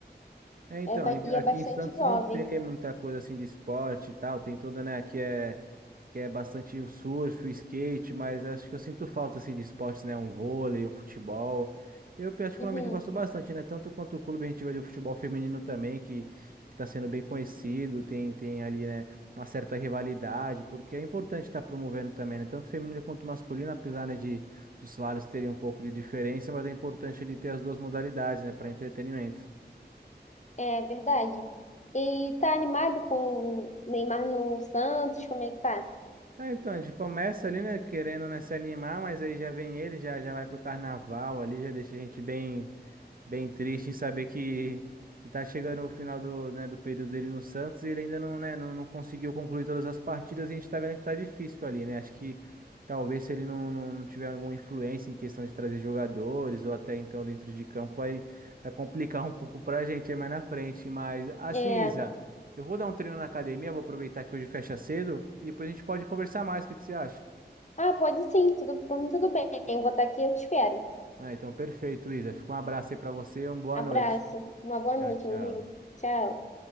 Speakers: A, on the right; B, on the left.
A: É, então,
B: É, ba-
A: aqui
B: e
A: aqui
B: é bastante
A: em Santos
B: jovem.
A: não tem muita coisa assim de esporte e tal, tem toda, né, aqui é, aqui é bastante o surf, o skate, mas acho que eu sinto falta assim de esportes, né, um vôlei, um futebol. Eu particularmente
B: Uhum,
A: gosto bastante, né, tanto quanto o clube a gente vê de futebol feminino também, que que está sendo bem conhecido, tem tem ali, né, uma certa rivalidade, porque é importante estar promovendo também, né, tanto feminino quanto masculino, apesar, né, de dos salários terem um pouco de diferença, mas é importante ele ter as duas modalidades, né, para entretenimento.
B: é verdade. E tá animado com o Neymar no Santos? Como é que tá?
A: É, então, a gente começa ali, né, querendo, né, se animar, mas aí já vem ele, já, já vai pro carnaval ali, já deixa a gente bem. Bem triste em saber que, que tá chegando o final do, né, do período dele no Santos e ele ainda não, né, não, não conseguiu concluir todas as partidas e a gente tá vendo que tá difícil ali, né? Acho que talvez se ele não, não, não tiver alguma influência em questão de trazer jogadores ou até então dentro de campo vai, vai complicar <laughs> um pouco pra gente aí mais na frente. Mas assim,
B: É.
A: Isa, eu vou dar um treino na academia, vou aproveitar que hoje fecha cedo e depois a gente pode conversar mais. O que que você acha?
B: Ah, pode sim, tudo, por mim tudo bem. Eu vou estar aqui, eu te espero.
A: Ah, então perfeito, Isa. Fica um abraço aí pra você e uma boa
B: Abraço.
A: noite.
B: Uma boa noite,
A: Tchau, tchau.
B: meu amigo. Tchau.